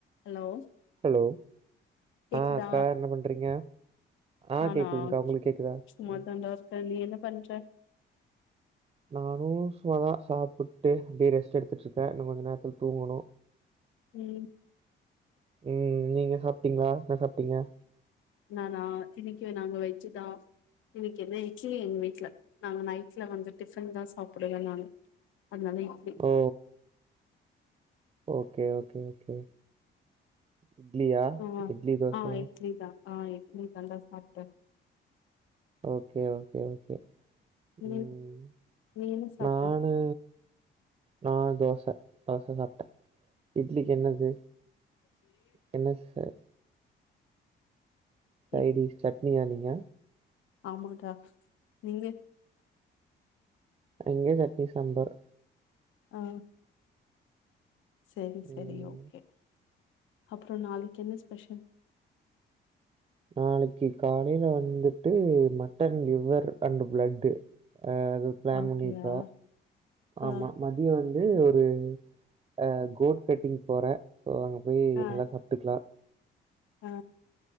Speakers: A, on the left; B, on the right.
A: Hello
B: hello
A: கேக்குதா
B: ஆ அக்கா என்ன பண்றீங்க ஆ
A: நானா
B: கேக்குதுகா உங்களுக் கேக்குதா
A: சும்மாதான்டா
B: ம்
A: இருக்கே நீ என்ன பண்ற
B: நானும் சும்மாதா சாப்புட்டு அப்டியே ரெஸ்ட் எடுத்துட்டு இருக்கேன் இன்னு கொஞ்ச நேரத்துல தூங்கணு
A: ம்
B: ம் நீங்க சாப்ட்டீங்களா என்ன சாப்ட்டீங்க
A: நானா இன்னைக்கு நாங்க வெஜ் தா இன்னைக்கு என்ன இட்லி எங்க வீட்ல நாங்க நைட்ல வந்து டிஃபன் தா சாப்டுவே நானு அதுனால இட்லி
B: ஓ ஓகே ஓகே ஓகே இட்லியா
A: ஆ
B: இட்லி தோசையா
A: ஆ இட்லி தா ஆ இட்லி தான் டா சாப்ட்டே
B: ஓகே ஓகே ஓகே
A: நீ
B: ம்
A: நீ என்ன சாப்ட்ட
B: நானு நா தோச தோச சாப்ட்டே இட்லிக்கு என்னது என்ன சார் சைடிஷ்
A: இட்
B: சட்னியா நீங்க
A: ஆமாடா நீங்க
B: அங்கயு சட்னி, சாம்பார்
A: ஆ சேரி சேரி
B: ம்
A: ஓகே, அப்பறோ நாளைக்கி என்ன ஸ்பெஷல்
B: நாளைக்கு காலையில வந்துட்டு மட்டன் லிவர் அண்டு பிளட்டு அ அது பிளான்
A: அப்டியா
B: பண்ணிருக்கோ,
A: ஆ
B: ஆமா ம தியோ வந்து ஒரு ஆ கோட் செட்டிங் போறே சோ அங்க போய்
A: ஆ
B: நல்லா சாப் டுக்லா
A: ஆ